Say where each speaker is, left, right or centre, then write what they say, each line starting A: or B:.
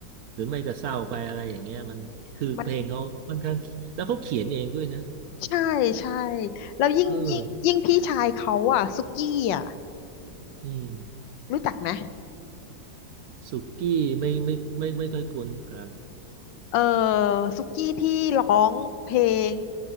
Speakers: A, on the right; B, on the left.
A: หรือไม่ก็เศร้าไปอะไรอย่างเงี้ยมันคือเพลงเขาค่อนข้างแล้วเขาเขียนเองด้วยนะ
B: อืมมันใช่ใช่แล้วยิ่งยิ่งยิ่งพี่ชายเขาอ่ะซุกี้อ่ะ
A: เอออืม
B: รู้จักไหม
A: สุกี้ไม่ไม่ไม่ไม่ค่อยคุ้นครับ
B: เออซุกี้ที่ร้องเพลง